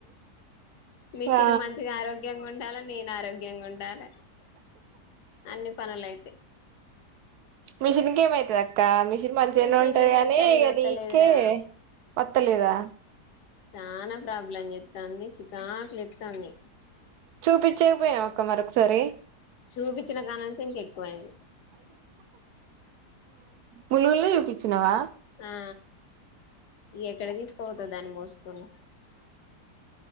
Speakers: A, on the left (about 75°); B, on the right (about 75°).
A: మిషిన్
B: ఆ
A: మంచిగా ఆరోగ్ ఆరోగ్యంగా ఉండాలి నేను ఆరోగ్యంగా ఉండాల అన్ని పనులైతే
B: మిషన్కి ఏమ్ అయితది ఇంకా మిషన్ మంచిగానే
A: మిషన్
B: ఉంటాది కాగానీ
A: సరిగా వత్తలేదురా
B: నీకే కొత్తలేదా
A: చనా ప్రాబ్లం చెప్తుంది చికాకులు ఎప్తుంది
B: చూపించకపోయవ ఆక్క మరొకసారి
A: చూపించిన కాణంచి ఇంక ఎక్కువయింది
B: ములుగులో చూపించినవా
A: ఆ ఎక్కడ తీసుకుపోతు దాన్ని మోసుకొని